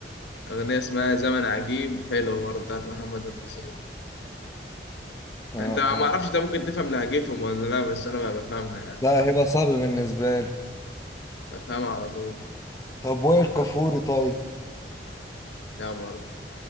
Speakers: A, on the left; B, on the left.
A: اغنيه اسمها زمن عجيب حلوه برضه بتاعت محمد البوصيلي
B: آه.
A: انت ما
B: اه.
A: اعرفش ده ممكن تفهم لهجتهم ولا لا بس انا بقى بفهمها يعني
B: لا هيبقى صعب بالنسبة لي
A: بفهمها على طول
B: طب وائل
A: انا
B: كفوري طيب
A: لا برضه